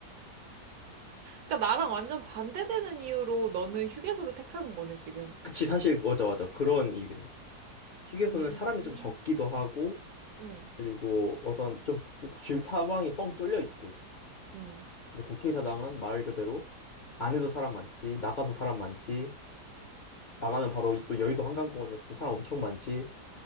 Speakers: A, on the right; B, on the left.
A: 그러니까 나랑 완전 반대되는 이유로 너는 휴게소를 택하는 거네, 지금.
B: 그치 사실 맞아 맞아 그런 이유긴 해. 휴게소는
A: 음,
B: 사람이 좀 적기도 하고
A: 응,
B: 그리고 우선 좀 주- 사방이 뻥 뚫려 있고
A: 응,
B: 근데 국회의사당은 말 그대로 안에도 사람 많지 나가도 사람 많지 나가면 바로 또 여의도 한강공원이어서 또 사람 엄청 많지